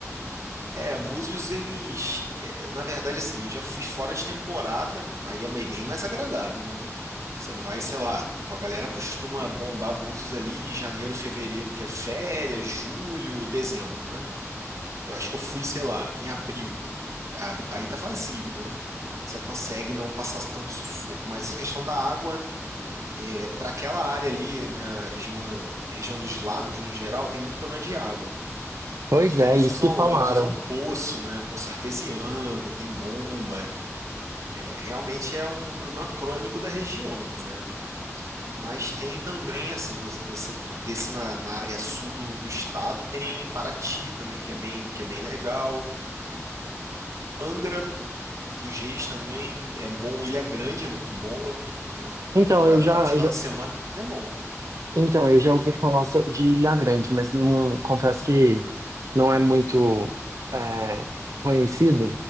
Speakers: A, on the right; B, on the right.
A: É, Búzios, eles. é, na verdade, assim, eu já fui fora de temporada, aí é meio- bem mais agradável, né? Você vai, sei lá, pô, a galera costuma bombar Búzios ali em janeiro, fevereiro, que é férias, julho, dezembro, né? Eu acho que eu fui, sei lá, em abril. A- Aí tá vazio, né? Você consegue não passar tanto sufoco. Mas a questão da água, é, para aquela área ali, na região, região dos lagos no geral, tem muito problema de água.
B: Pois
A: Tanto que
B: é,
A: eles
B: isso
A: usam,
B: que falaram.
A: eles usam poço, né? Poço artesiano, tem bomba. É, realmente é um problema crônico da região, né? Mas tem também, assim, se você você descer na, na área sul do, do estado, tem Paraty também, que é bem, que é bem legal. Angra dos Reis também é bom. Ilha Grande é muito boa, né?
B: Então,
A: Para
B: eu já,
A: final
B: já-
A: de semana é bom.
B: Então, eu já ouvi falar so- de Ilha Grande, mas não, confesso que não é muito é, conhecido